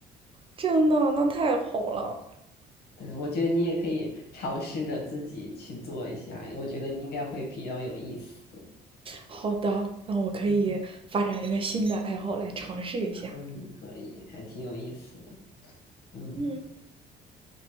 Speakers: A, on the right; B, on the left.
A: 真的，那太好了。
B: 对，我觉得你也可以尝试着自己去做一下，我觉得应该会比较有意思。
A: 好的，那我可以发展一个新的爱好来尝试一下。
B: 嗯，可以可以，还挺有意思的。嗯，
A: 嗯，